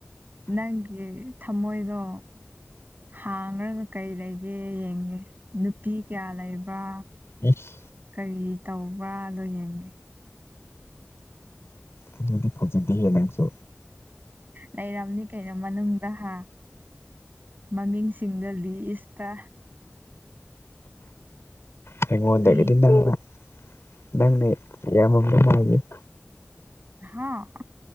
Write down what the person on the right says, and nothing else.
ꯅꯪꯒꯤ ꯊꯝꯃꯣꯏꯗꯣ ꯍꯥꯡꯔꯒ ꯀꯩ ꯂꯩꯒꯦ ꯌꯦꯡꯒꯦ ꯅꯨꯄꯤ ꯀꯌꯥ ꯂꯩꯕ꯭ꯔꯥ
ꯀꯔꯤ ꯇꯧꯕ꯭ꯔꯥꯗꯣ ꯌꯦꯡꯒꯦ
ꯂꯩꯔꯝꯅꯤ ꯀꯩꯅꯣ ꯃꯅꯨꯡꯗ ꯍꯥ ꯃꯃꯤꯡꯁꯤꯡꯗꯣ ꯂꯤꯏꯁꯇ
ꯄ꯭ꯔꯤ
ꯍꯥꯥ